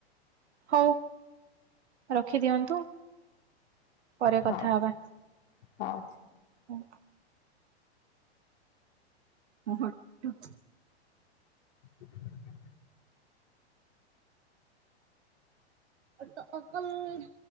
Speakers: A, on the right; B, on the left.
A: ହଉ। ରଖିଦିଅନ୍ତୁ ପରେ
B: ହଉ
A: କଥାହବା ହୁଁ।
B: ହଉ।
A: <inaudible>
B: <unintelligible>
A: ଏତ ଅସଲ୍